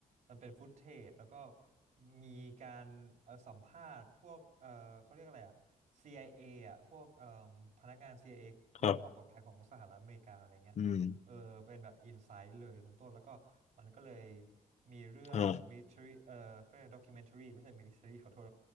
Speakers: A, on the right; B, on the left.
A: มันเป็นฟุตเทจแล้วก็มีการเออสัมภาษณ์พวกเออเขาเรียกอะไรอะ CIA อเออะพวกเออพนักงาน CIA
B: ครับ
A: ด้านความปลอดภัยของสหรัฐอเมริกาอะไรเงี้ยเออเป็นแบบอินไซต์เลยคุณต้นแล้วก็มันก็เลย
B: อืม
A: มีเรื่องมิลิ
B: ฮะ
A: t รีเออเขาเรียกด็อกิเมนทรีไม่ใช่มิลิ t รีขอโทษ